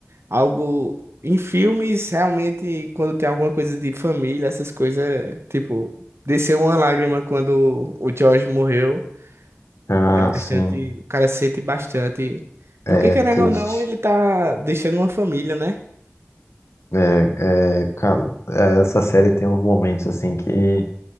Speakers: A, on the right; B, on the left.
A: algo em filmes, realmente, quando tem alguma coisa de família, essas coisas, é, tipo, desceu uma lágrima quando o George morreu.
B: Ah,
A: É bastante,
B: sim.
A: o cara sente bastante.
B: É
A: Porque querendo
B: triste.
A: ou não, ele tá deixando uma família, né?
B: É, é, cara, é, essa série tem uns momentos assim que